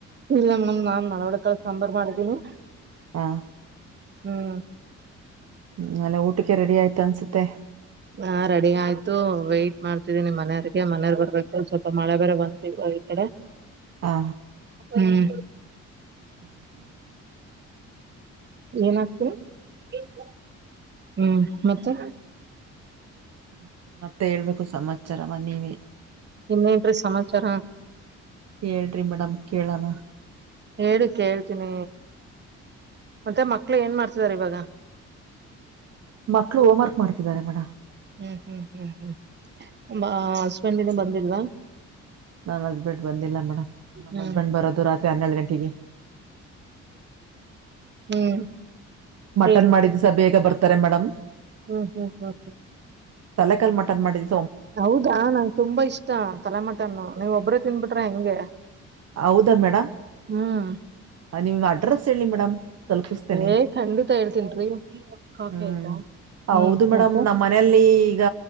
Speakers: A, on the right (about 35°); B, on the right (about 55°).
A: ಇಲ್ಲ ಮೇಡಮ್ ನಾನ್ ಮಳಹುಳಿಕಾಳ್ ಸಾಂಬಾರ್ ಮಾಡಿದ್ದೀನಿ
B: ಹಾ
A: ಹ್ಮ್
B: ಹ್ಮ್ ಅಲಿ ಊಟಕ್ಕೆ ರೆಡಿ ಆಯ್ತ ಅನ್ಸುತ್ತೆ
A: ಹಾ ರೆಡಿ ಆಯ್ತು ವೈಟ್ ಮಾಡ್ತಿದ್ದೀನಿ ಮನೆಯವ್ರಿಗೆ ಮನೆಯವರ್ ಬರ್ಬೇಕು ಸ್ವಲ್ಪ ಮಳೆ ಬೇರೆ ಬಂತ್ ಇವ ಇ ಕಡೆ
B: ಹಾ.
A: ಹ್ಮ್.
B: ಹ್ಮ್ ಹ್ಮ್ ಹ್ಮ್.
A: ಏನ ಆ್ತೀ <unintelligible> ಹ್ಮ್ ಮತ್ತೆ
B: ಹ್ಮ ಮತ್ತೆ ಹೇಳ್ಬೇಕು ಸಮಾಚಾರವ ನೀವೆ
A: ಇನ್ನೆನ್ರಿ ಸಮಾಚಾರ
B: ಹೇಳ್ರಿ ಮೇಡಮ್ ಕೇಳಣ
A: ಹೇಳಿ ಕೆಳ್ತೀನಿ ಮತ್ತೆ ಮಕ್ಳು ಏನ್ ಮಾಡ್ತಿದರೆ ಇವಾಗ
B: ಮಕ್ಳು ಹೋಮ್ ವರ್ಕ್ ಮಾಡ್ತಿದ್ದಾರೆ ಮೇಡಮ್
A: ಹ್ಮ್ ಹ್ಮ್ ಹ್ಮ್ ಹ್ಮ ನಿಮ್ಮ ಹಸ್ಬೆಂಡ್ ಇನ್ನು ಬಂದಿಲ್ವಾ
B: ನನ್ ಹಸ್ಬೆಂಡ್ ಬಂದಿಲ್ಲ ಮೇಡಮ್ ನಮ್ಮ್
A: ಹ್ಮ್
B: ಹಸ್ಬೆಂಡ್ ಬರೋದು ರಾತ್ರಿ ಹನ್ನೆರಡು ಗಂಟೆಗೆ.
A: ಹ್ಮ್.
B: ಮಟನ್
A: ಹೇಳಿ
B: ಮಾಡಿದ್ಸ ಬೇಗ ಬರ್ತಾರೆ ಮೇಡಮ್.
A: ಹ್ಮ್ ಹ್ಮ್ ಹ್ಮ್ ಹ್ಮ್.
B: ತಲೆಕಲ್ ಮಟನ್ ಮಾಡಿದ.
A: ಹೌದಾ ನಂಗೆ ತುಂಬಾ ಇಷ್ಟ ತಲೆಮಟನ್ನು ನೀವ್ ಒಬ್ರೇ ತಿನ್ಬಿಟ್ರ ಹೆಂಗೆ.
B: ಹೌದಾ ಮೇಡಮ್
A: ಹ್ಮ್.
B: ನಿಮ್ ಅಡ್ರೆಸ್ ಹೇಳಿ ಮೇಡಮ್. ತಲುಪಿಸ್ತೇನೆ
A: ಏ ಖಂಡಿತ ಹೇಳ್ತೇನ್ರಿರಿ ಕ
B: ಹ್ಮ್
A: ಆಯ್ತಾ.
B: ಹೌದು
A: ಹ್ಮ್
B: ಮೇಡಮ್
A: ಮತ್ತೆ
B: ನಮ್ಮ್ ಮನೆಯಲ್ಲಿ ಈಗ